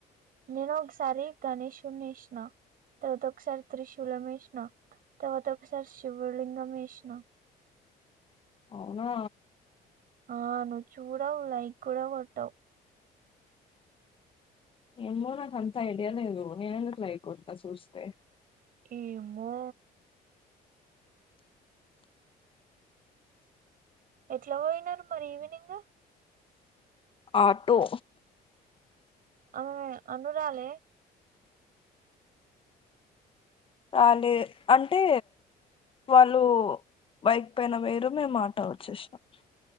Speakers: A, on the right; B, on the left.
A: నేను ఒకసారి గణేషుని వేసినా తర్వాత ఒకసారి త్రిశూలం వేసినా తర్వాత ఒకసారి శివ లింగం వేసినా
B: అవునా
A: ఆ నువ్వు చూడవు లైక్ కూడా కొట్టవు
B: ఏమో నాకు అంత ఐడియాలేదు నేనెందుకు లైక్ కొడతా చూస్తే
A: ఏమో ఎట్లా పోయినారు మరి ఈవినింగ్
B: ఆటో
A: అమె అనురాలె
B: రాలే అంటే వాళ్ళు బైక్ పైన పోయారు మేము ఆటో వచ్చేసాం